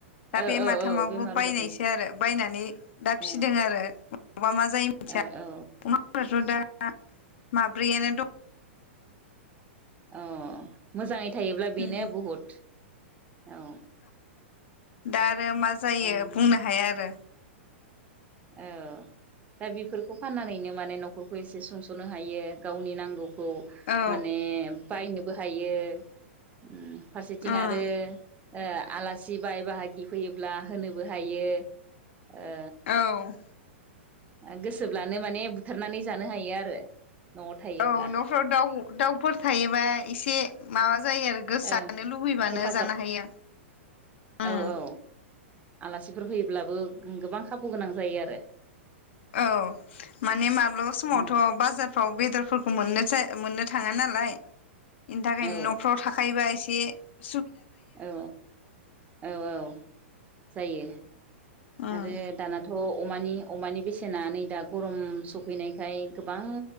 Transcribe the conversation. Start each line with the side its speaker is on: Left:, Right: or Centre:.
Left: दा
Right: ओ
Left: बे
Right: औ
Left: माथामावबो
Right: औ बेमार
Left: बायनायसो
Right: जादों
Left: आरो बायनानै दा
Right: औ
Left: फिदों आरो उनावबा मा जायो मिथिया
Right: औ
Left: अमाफोराथ'
Right: औ
Left: दा माब्रैयानो दं।
Right: अऔ मोजाङै। थायोब्ला
Left: दं
Right: बेनो बुहुत औ।
Left: दा आरो मा जायो
Right: माने
Left: बुंनो हाया आरो
Right: औ दा बेफोरखौ फाननानैनो माने न'खरखौ एसे सुंस'नो हायो गावनि नांगौ खौ
Left: औ
Right: माने बायनोबो हायो उम फारसेथिं
Left: उम
Right: आरो ओ आलासि बाय बाहागि फैयोब्ला होनोबो हायो ओ
Left: औ
Right: ओ गोसोब्लानो माने बुथारनानै जानो हायो आरो न'आव थायोब्ला
Left: औ न'फ्राव दाउ दाउफोर थायोबा एसे माबा जायो आरो गोसोआानो
Right: ओं
Left: लुबैबानो
Right: हेफाजाब
Left: जानो हायो उम
Right: औ औ आलासिफोर फैयोब्लाबो गोबां खाबु गोनां जायो आरो
Left: औ माने माब्लाबा समावथ'
Right: उम
Left: बाजारफ्राव बेदरफोरखौ मोननो जा मोननो थाङा नालाय बेनि थाखायनो
Right: औ
Left: न'फ्राव थाखायोबा एसे से
Right: औ औ औ जायो।
Left: उम
Right: आरो दानाथ' अमानि अमानि बेसेना नै दा गरम सफैनायखाय गोबां